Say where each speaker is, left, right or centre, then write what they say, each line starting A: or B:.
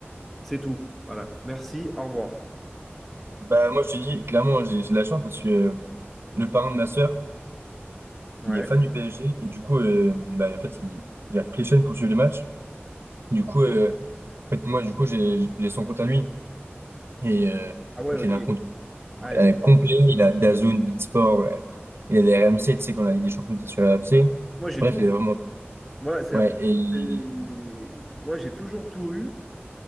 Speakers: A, in the centre; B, on the right.
A: c'est tout. Voilà, merci, au revoir.
B: Bah, moi, je te dis, clairement, j'ai j'ai de la chance parce que euh, le parrain de ma sœur,
A: Ouais.
B: il est fan du PSG et du coup, euh, bah, en fait, il, il a toutes les chaînes pour suivre les matchs. Du coup, euh, en fait, moi, du coup, j'ai j'ai son compte à lui et euh, en
A: Ah ouais,
B: fait,
A: ok.
B: il a un compte
A: Ah,
B: euh,
A: ok.
B: complet, il a DAZN, Beatsport, euh, il a les RMC, tu sais, quand la Ligue des Champions était sur la RMC.
A: Moi, j'ai
B: Bref,
A: tout.
B: il a vraiment tout.
A: Moi, c'est
B: Ouais,
A: la première-
B: et il-
A: c'est- Moi, j'ai toujours tout eu.